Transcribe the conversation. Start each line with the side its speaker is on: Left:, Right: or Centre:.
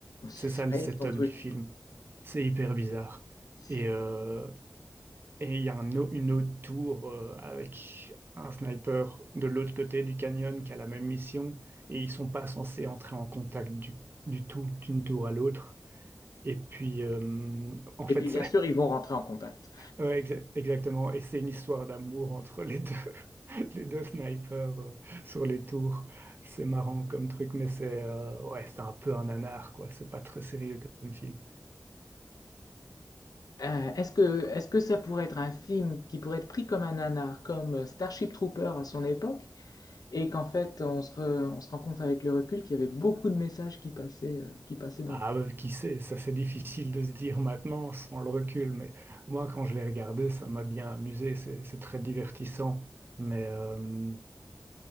Left: c'est
Right: C'est ça
Left: space
Right: le setup
Left: ton truc.
Right: du film. C'est hyper bizarre.
Left: Si.
Right: Et, euh, et il y a un au- une autre tour euh, avec un sniper de l'autre côté du canyon qui a la même mission. Et ils sont pas censés entrer en contact du, du tout, d'une tour à l'autre. Et puis, euh, en
Left: Et
Right: fait,
Left: puis bien sûr, ils vont rentrer en contact.
Right: Ouais, exa- exactement. Et c'est une histoire d'amour entre les deux, <laughs> les deux snipers euh, sur les tours. C'est marrant comme truc, mais c'est euh, ouais, c'est un peu un nanar, quoi. C'est pas très sérieux comme film.
Left: Euh, est-ce que, est-ce que ça pourrait être un film qui pourrait être pris comme un nanar, comme Starship Trooper à son époque, et qu'en fait, on se, re- on se rend compte avec le recul qu'il y avait beaucoup de messages qui passaient, euh, qui passaient dans
Right: Ah,
Left: le film.
Right: euh, qui sait, ça c'est difficile de se dire maintenant sans le recul, mais moi quand je l'ai regardé, ça m'a bien amusé. C'est c'est très divertissant, mais euh,